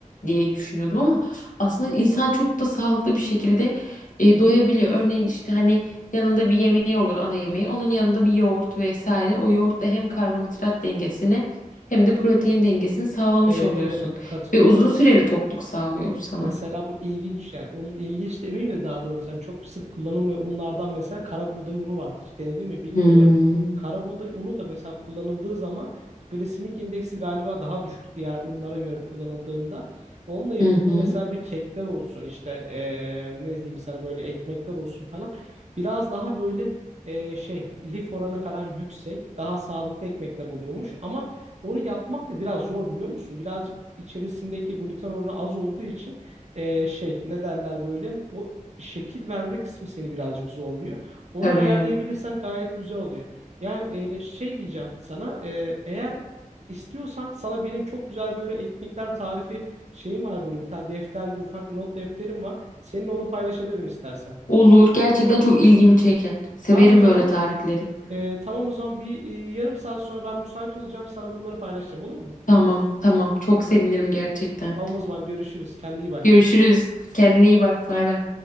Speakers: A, on the left (about 70°); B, on the right (about 55°).
A: diye düşünüyordum ama aslında insan çok da sağlıklı bir şekilde e, doyabiliyor. Örneğin işte hani yanında bir yemeği olur ana yemeği onun yanında bir yoğurt vesaire o yoğurt da hem karbonhidrat dengesini hem de protein dengesini sağlamış
B: Evet
A: oluyorsun
B: evet katılıyorum.
A: ve uzun süreli tokluk sağlıyor bu sana.
B: Mesela bu ilginç yani onun ilginç demeyeyim de daha doğrusu yani çok sık kullanılmayan unlardan mesela kara buğday unu vardı. Hiç denedin mi bilmiyorum.
A: Hmm,
B: Kara buğday unu da mesela kullanıldığı zaman glisemik indeksi galiba daha düşük diğer unlara göre kullanıldığında. Onunla yapılan
A: Hı hı.
B: mesela bir kekler olsun işte eee, ne diyeyim sana böyle ekmekler olsun falan. Biraz daha böyle eee, şey lif oranı falan yüksek daha sağlıklı ekmekler oluyormuş. Ama onu yapmak da biraz zor biliyor musun? Birazcık içerisindeki gluten oranı az olduğu için e, şey ne derler böyle o şekil verme kısmı seni birazcık zorluyor. Onu
A: Tabii.
B: ayarlayabilirsen gayet güzel oluyor. Ya e, şey diyeceğim sana e, eğer istiyorsan sana benim çok güzel böyle ekmekler tarifi şeyim var böyle bir tane defter gibi ufak bir not defterim var. Seninle onu paylaşabilirim istersen.
A: Olur. Gerçekten çok ilgimi çeker. Severim
B: Tamam o zaman.
A: böyle tarifleri.
B: E, tamam o zaman bir e, yarım saat sonra ben müsait olacağım. Sana bunları paylaşacağım olur mu?
A: Tamam, tamam. Çok sevinirim gerçekten.
B: Tamam o zaman görüşürüz. Kendine iyi bak.
A: Görüşürüz. Kendine iyi bak. Bay bay.